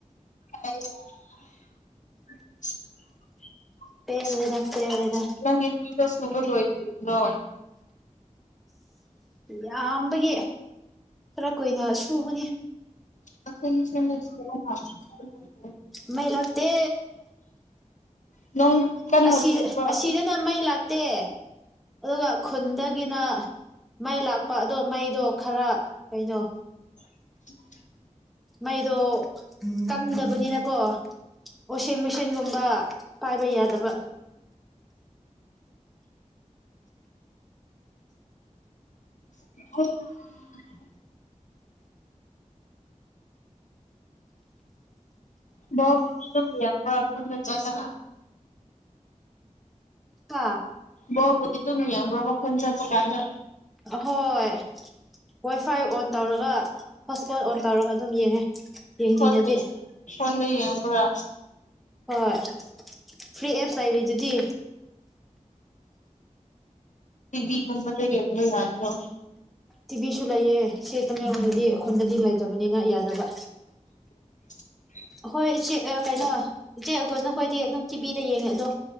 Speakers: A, on the left (about 70°); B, in the centre.
A: <unintelligible>
B: ꯄꯦꯜꯂꯦꯗ ꯄꯦꯜꯂꯦꯗ
A: ꯅꯪꯒꯤ ꯐꯤꯗꯣ ꯁꯨꯕ ꯂꯣꯏꯗ꯭ꯔꯤꯕꯣ
B: ꯌꯥꯝꯕꯒꯤ ꯈꯔ ꯀꯨꯏꯅ ꯁꯨꯕꯅꯤ
A: <unintelligible>
B: ꯃꯩ ꯂꯥꯛꯇꯦ
A: ꯅꯣꯡ ꯀꯟꯅ
B: ꯑꯁꯤꯗ
A: ꯆꯨꯕ꯭ꯔꯣ
B: ꯑꯁꯤꯗꯅ ꯃꯩ ꯂꯥꯛꯇꯦ ꯑꯗꯨꯒ ꯈꯨꯟꯗꯒꯤꯅ ꯃꯩ ꯂꯥꯛꯄ ꯑꯗꯣ ꯃꯩꯗꯣ ꯈꯔ ꯀꯩꯅꯣ
A: <unintelligible>
B: ꯃꯩꯗꯣ ꯇꯝꯗꯕꯅꯤꯅꯀꯣ ꯋꯥꯁꯤꯡ ꯃꯦꯆꯤꯟꯒꯨꯝꯕ ꯄꯥꯏꯕ ꯌꯥꯗꯕ
A: <unintelligible> ꯥꯕꯣꯜꯕꯨꯗꯤ ꯑꯗꯨꯝ ꯌꯦꯡꯕ ꯈꯨꯟꯗ <unintelligible>
B: ꯍꯥ
A: ꯕꯣꯜꯕꯨꯗꯤ ꯑꯗꯨꯝ ꯌꯥꯡꯕꯀꯣ ꯈꯨꯟ ꯆꯠꯄ ꯀꯥꯟꯗ
B: ꯑꯍꯣꯏ ꯋꯥꯏ ꯐꯥꯏ ꯑꯣꯟ ꯇꯧꯔꯒ ꯍꯣꯠꯁꯄꯣꯠ ꯑꯣꯟ ꯇꯧꯔꯒ ꯑꯗꯨꯝ ꯌꯦꯡꯉꯦ ꯌꯦꯅꯤꯡꯉꯗꯤ
A: ꯐꯣꯟ ꯐꯣꯟꯗ ꯌꯦꯡꯕ꯭ꯔ
B: ꯍꯣꯏ ꯐ꯭ꯔꯤ ꯑꯦꯞꯁ ꯂꯩꯔꯤ ꯗꯨꯗꯤ
A: ꯇꯤꯚꯤ ꯒꯨꯝꯕꯗ ꯌꯦꯡꯕ ꯌꯥꯗ꯭ꯔꯣ
B: ꯇꯤꯚꯤꯁꯨ ꯂꯩꯌꯦ ꯁꯦꯠꯇ <unintelligible> ꯈꯨꯟꯗ ꯂꯩꯇꯕꯅꯤꯅ ꯌꯥꯗꯕ
A: <unintelligible>
B: ꯍꯣꯏ ꯏꯆꯦ ꯀꯩꯅꯣ ꯏꯆꯦ ꯑꯈꯣꯏ ꯅꯈꯣꯏꯗꯤ ꯑꯗꯨꯝ ꯇꯤꯚꯤꯗ ꯌꯦꯡꯉꯦ ꯑꯗꯣ